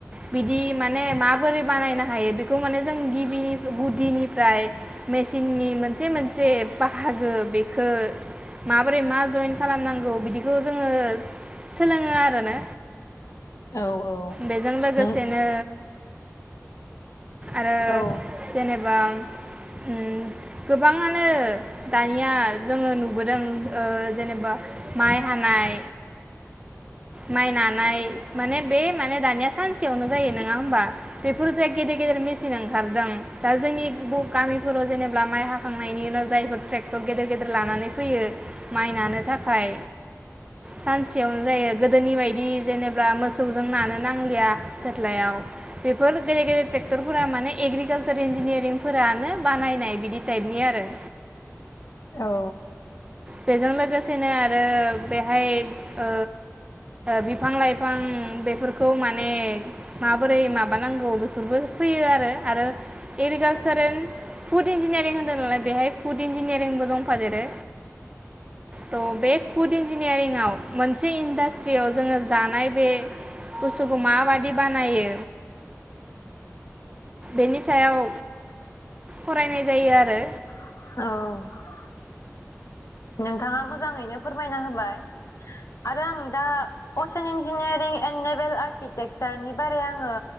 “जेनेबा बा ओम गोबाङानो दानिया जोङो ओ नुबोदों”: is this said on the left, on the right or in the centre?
Right